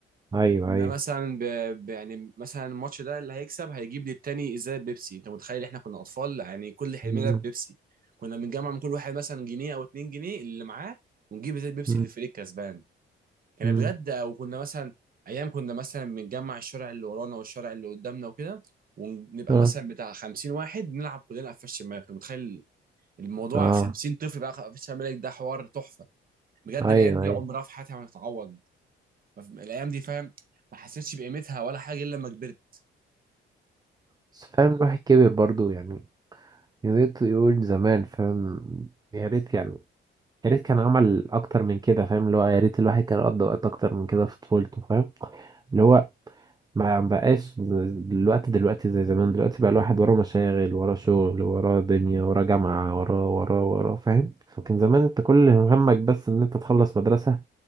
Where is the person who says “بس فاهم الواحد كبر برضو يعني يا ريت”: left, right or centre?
Right